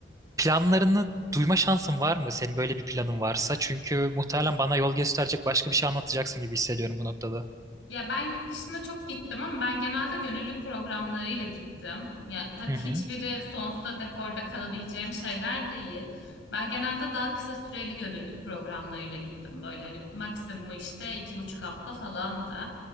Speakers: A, on the right (about 20°); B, on the left (about 85°).
A: planlarını duyma şansın var mı? Senin böyle bir planın varsa. Çünkü muhtemelen bana yol gösterecek başka bir şey anlatacaksın gibi hissediyorum bu noktada.
B: Ya ben yurt dışına çok gittim ama ben genelde gönüllülük programlarıyla gittim. Ya tabii
A: Hı
B: hiçbiri
A: hı,
B: sonsuza dek orada kalabileceğim şeyler değil. Ben genelde daha kısa süreli gönüllülük programlarıyla gittim. Böyle hani maksimum işte iki buçuk hafta falandı.